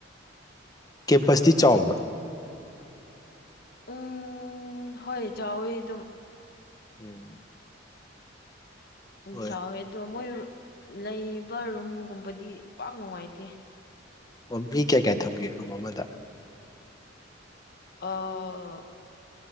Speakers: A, on the left; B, on the left.
A: ꯀꯦꯝꯄꯁꯇꯤ ꯆꯥꯎꯕ꯭ꯔꯥ
B: ꯎꯝ ꯍꯣꯏ ꯆꯥꯎꯋꯤ ꯑꯗꯨꯝ
A: ꯎꯝ
B: ꯎꯝ
A: ꯍꯣꯏ
B: ꯆꯥꯎꯋꯦꯗꯣ ꯃꯣꯏ ꯂꯩꯕ ꯔꯨꯝꯒꯨꯝꯕꯗꯤ ꯄꯥꯛ ꯅꯨꯡꯉꯥꯏꯇꯦ
A: ꯑꯣ ꯃꯤ ꯀꯌꯥ ꯀꯌꯥ ꯊꯝꯒꯦ ꯔꯨꯝ ꯑꯃꯗ
B: ꯑꯥ